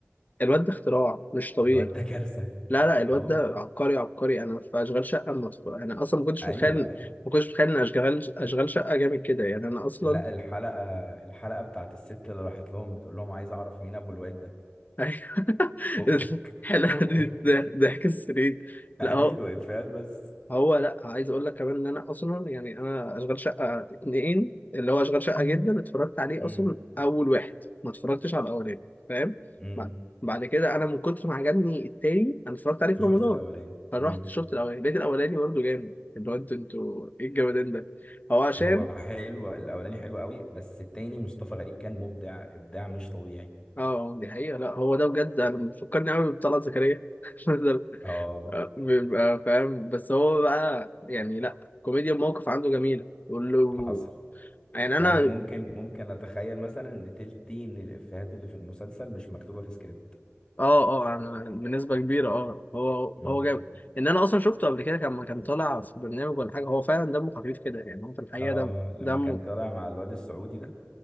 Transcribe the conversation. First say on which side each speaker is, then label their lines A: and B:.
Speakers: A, on the left; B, on the left.
A: الواد ده اختراع مش طبيعي
B: الواد ده كارثه
A: لا لا الواد
B: اه
A: ده عبقري عبقري انا في اشغال شقه مصر. انا اصلا ما كنتش
B: ايوه
A: متخيل
B: ايوه
A: ما كنتش متخيل ان اشغال اشغال شقه جامد كده يعني انا اصلا
B: لا الحلقه الحلقه بتاعت الست اللي راحت لهم بتقول لهم عايز اعرف مين ابو الواد ده
A: أيوة. <laughs>
B: فكك
A: حلقة
B: فكك
A: دي ده- ضحك السنين
B: <laughs> ايوه
A: لا هو
B: افيهات بس
A: هو لا عايز اقول لك كمان ان انا اصلا يعني انا اشغال شقة اتنين اللي هو اشغال شقة جدا اتفرجت عليه
B: امم
A: اصلا اول واحد ما اتفرجتش على الاولاني فاهم
B: امم
A: بعد بعد كده انا من كتر ما عجبني التاني انا اتفرجت عليه في
B: شفت
A: رمضان
B: الاولاني
A: فرحت
B: امم
A: شفت الاولاني لقيت الاولاني برضه جامد اللي هو انتوا انتوا ايه الجمدان ده هو عشان
B: هو حلو الاولاني حلو قوي بس التاني مصطفى غريب كان مبدع ابداع مش طبيعي
A: اه آه، دي حقيقة لا هو ده بجد انا بيفكرني قوي بطلعت زكريا <laughs>
B: اه
A: بيبقى فاهم بس هو بقى يعني لا كوميديا الموقف عنده جميلة يقول له
B: حصل
A: يعني
B: يعني
A: انا
B: ممكن ممكن اتخيل مثلا ان تلتين الافيهات اللي في المسلسل مش مكتوبه في سكريبت
A: اه اه انا بنسبة كبيرة اه هو
B: امم
A: هو جاب ان انا اصلا شفته قبل كده لما كان طالع في برنامج ولا حاجة هو فعلا دمه خفيف كده يعني هو في الحقيقة
B: اه
A: دم
B: لما
A: دمه
B: كان طالع مع الواد السعودي ده